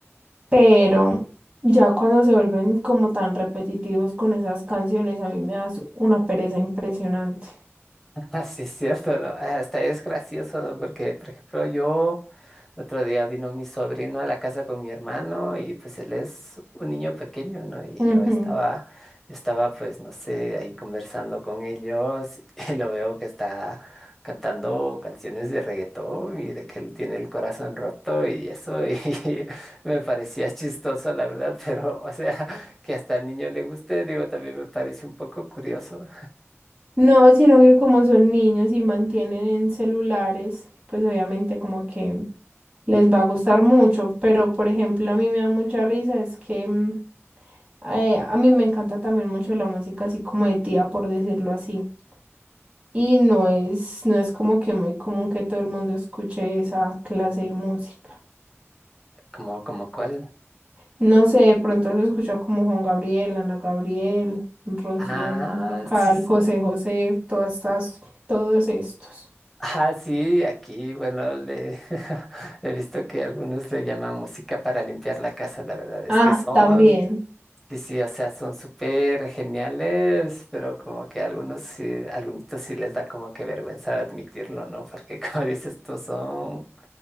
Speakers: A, on the right (about 25°); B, in the centre.
A: Pero ya cuando se vuelven como tan repetitivos con esas canciones, a mí me das una pereza impresionante.
B: <laughs> Así es cierto, ¿no? Hasta es gracioso, ¿no? Porque, por ejemplo, yo... El otro día vino mi sobrino a la casa con mi hermano y pues él es un niño pequeño, ¿no? Y
A: Ujú.
B: yo estaba, yo estaba pues no sé, ahí conversando con ellos <laughs> y lo veo que está cantando canciones de reggaetón y de que él tiene el corazón roto y eso <laughs> y me parecía chistoso la verdad, pero o sea, que hasta al niño le guste, digo, también me parece un poco curioso.
A: No, sino que como son niños y mantienen en celulares, pues obviamente como que les va a gustar mucho. Pero por ejemplo, a mí me da mucha risa es que... mm, Eh, a mí me encanta también mucho la música así como de tía, por decirlo así. Y no es, no es como que muy común que todo el mundo escuche esa clase de música.
B: Como, como cuál?
A: No sé, de pronto se escucha como Juan Gabriel, Ana Gabriel, Rocío
B: Ah,
A: Dúrcal,
B: sí,
A: José José, todas estas, todos estos.
B: Ah, sí, aquí, bueno, le <laughs> he visto que algunos le llaman música para limpiar la casa, la verdad es
A: Ah,
B: que son,
A: también.
B: sí, sí, o sea, son súper geniales, pero como que algunos sí, algunos sí les da como que vergüenza admitirlo, ¿no? Porque <laughs> como dices tú, son